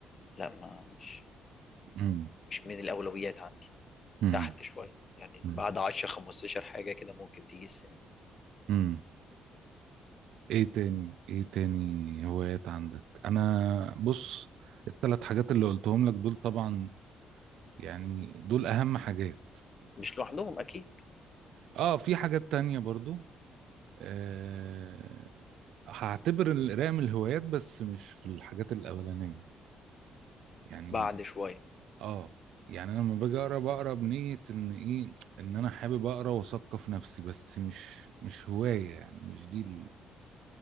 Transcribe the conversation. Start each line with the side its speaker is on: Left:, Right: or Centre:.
Left: لا ما مش
Right: مم.
Left: مش من الاولويات عندي
Right: مم.
Left: تحت شويه يعني
Right: مم.
Left: بعد 10 15 حاجه كده ممكن تيجي السينما
Right: مم. ايه تاني ايه تاني هوايات عندك انا بص الثلاث حاجات اللي قلتهم لك دول طبعا يعني دول اهم حاجات
Left: مش لوحدهم اكيد
Right: اه في حاجات تانية برضو أه هعتبر القراءة من الهوايات بس مش في الحاجات الاولانية يعني
Left: بعد شويه
Right: اه يعني انا لما باجي اقرا بقرا بنية ان ايه ان انا حابب اقرا واثقف نفسي بس مش مش هواية يعني مش دي ال-